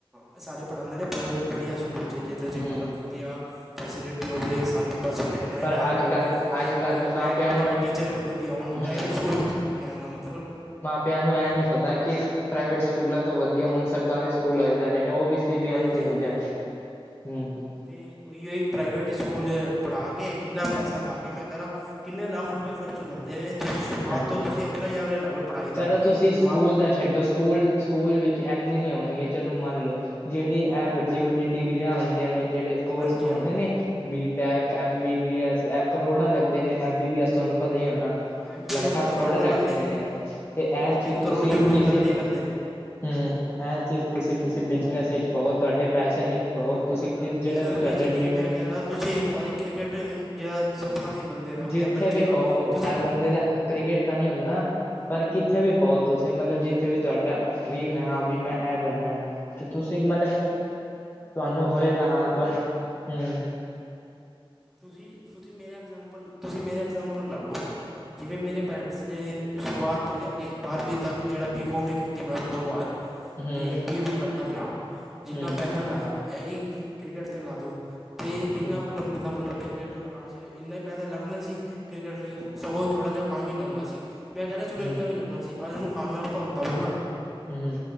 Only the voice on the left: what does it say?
ਹੂੰ
ਪਰ
ਅੱਜ ਕੱਲ
ਅੱਜ ਕੱਲ੍ਹ ਦੇ
ਮਾਪਿਆਂ ਨੂੰ
ਹੂੰ
ਕਈਆਂ ਨੂੰ ਇਹ ਨੀ ਪਤਾ, ਕਿ ਪ੍ਰਾਈਵੇਟ ਸਕੂਲਾਂ ਤੋਂ ਵਦੀਆ ਹੁਨ ਸਰਕਾਰੀ ਸਕੂਲ ਹੋਏ ਜਾ ਰਹੇ ਨੇ ਉਹ ਵੀ ਸੀ ਬੀ
ਐਸ ਈ ਹੋਈ
ਜਾ ਰਹੇ ਹੂੰ
ਹਾਂਜੀ
ਚਲੋ ਤੁਸੀਂ
ਸਕੂਲ
ਦਾ
ਛੱਡੋ ਸਕੂਲ -ਸਕੂਲ ਵਿੱਚ ਐਨੇ ਨਹੀਂ ਹੋਨੀਏ ਚਲੋ ਮੰਨ ਲਓ ਜਿਹੜੀ ਇਹ ਵੱਡੀ-ਵੱਡੀ ਡਿਗਰੀਆਂ ਹੁੰਦੀਆਂ ਨੇ ਜਿਹੜੇ ਕੋਰਸ
ਹੁੰਦੇ
ਨੇ B Tech, M B B S ਏ ਕਰੋੜਾਂ ਲੱਗਦੇ ਨੇ ਐਮ ਬੀ ਬੀ ਐੱਸ ਤੁਹਾਨੂੰ ਪਤਾ ਈ ਏਨਾ
ਲੱਖਾਂ
ਕਰੋੜ ਲੱਗ
ਜਾਂਦੇ
ਨੇ, ਤੇ ਇਹ
ਚੀਜ਼
ਤੁਸੀਂ
ਕਿਸੇ
ਹੂਂ,
ਇਹ
ਚੀਜ਼ ਤੁਸੀਂ ਕਿਸੇ ਬਿਜਨੇਸ
ਇਚ ਪਾਉ ਤੁਹਾਡੇ
ਪੈਸ਼ਨ ਵਿੱਚ ਪਾਉ
ਤੁਸੀਂ
ਕਿ ਜਿਹੜਾ
ਵੀ ਤੁਹਾਡਾ
ਡਰੀਮ
ਏ
ਜਿੱਥੇ
ਵੀ
ਪਾਓ
ਹਰ ਬੰਦੇ
ਦਾ ਕ੍ਰਿਕਟ ਤਾਂ ਨੀ ਹੁੰਦਾ,
ਪਰ
ਕਿੱਥੇ ਵੀ ਪਾਓ ਤੁਸੀਂ ਮਤਲਬ ਜਿੱਥੇ ਵੀ
ਤੁਆਡਾ ਡਰੀਮ ਲੈ ਹਾਂ ਬੀ ਮੈਂ ਏ ਬਨਨਾ ਤੇ ਤੁਸੀਂ ਮਤਲਬ ਤੁਆਨੂੰ ਹੋਏਗਾ
ਹਾਂ
ਤੁਆਨੂੰ ਹੂੰ।
ਹੂੰ
ਹੂੰ
ਹੂੰ
ਹੂੰ
ਹੂੰ
ਹੂੰ।